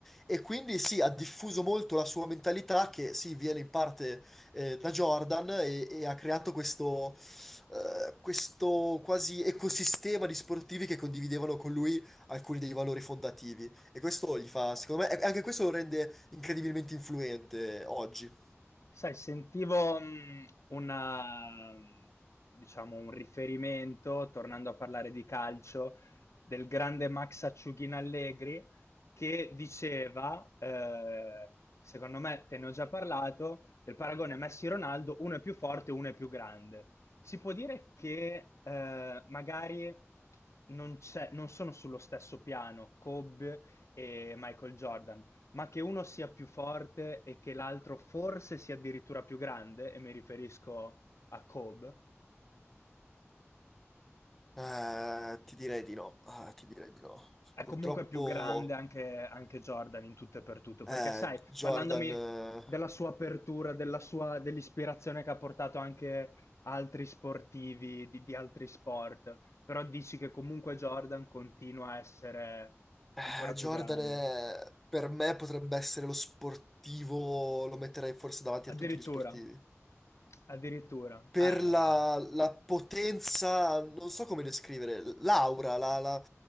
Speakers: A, in the centre; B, on the left.
A: E quindi sì, ha diffuso molto la sua mentalità che sì, viene in parte eh, da Jordan e, e ha creato questo, eh, questo quasi ecosistema di sportivi che condividevano con lui alcuni dei valori fondativi. E questo gli fa, secondo me, e anche questo lo rende incredibilmente influente oggi.
B: Sai, sentivo, mhmm, una mhmm, diciamo un riferimento, tornando a parlare di calcio, del grande Max Acciughina Allegri che diceva, ehm, secondo me te ne ho già parlato, del paragone Messi-Ronaldo, uno è più forte, uno è più grande. Si può dire che, ehm, magari non c'è non sono sullo stesso piano Kobe e Michael Jordan, ma che uno sia più forte e che l'altro forse sia addirittura più grande, e mi riferisco a Kobe,
A: Eh, ti direi di no, Ah, ti direi di no.
B: è
A: Purtroppo
B: comunque più grande anche, anche Jordan in tutto e per tutto, perché
A: eh,
B: sai,
A: Jordan,
B: parlandomi
A: eh,
B: della sua apertura, della sua, dell'ispirazione che ha portato anche altri sportivi di, di altri sport, però dici che comunque Jordan continua a essere
A: eh,
B: ancora
A: Jordan
B: più grande.
A: è- per me potrebbe essere lo sportivo, lo metterei forse davanti
B: Addirittura,
A: a tutti gli sportivi.
B: addirittura,
A: per
B: eh,
A: la, la potenza, non so come descrivere, l'aura, la, la-